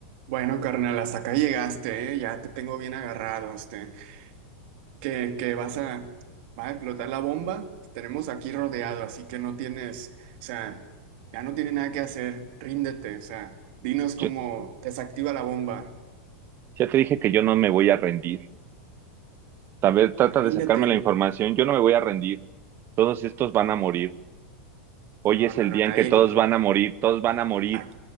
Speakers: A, on the right; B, on the right.
A: Bueno, carnal, hasta acá llegaste, ¿eh? Ya te tengo bien agarrado, este, que, que vas a, va a explotar la bomba, te tenemos aquí rodeado, así que no tienes, o sea, ya no tiene nada que hacer, ríndete, o sea, dinos cómo
B: Yo-
A: desactiva la bomba,
B: ya te dije que yo no me voy a rendir. Tal vez trata
A: pues ríndete,
B: de sacarme la información. Yo no me voy a rendir. Todos estos van
A: no,
B: a morir. Hoy
A: no,
B: es
A: no,
B: el
A: no,
B: día
A: nadie,
B: en que todos van a morir. Todos van a morir.
A: a-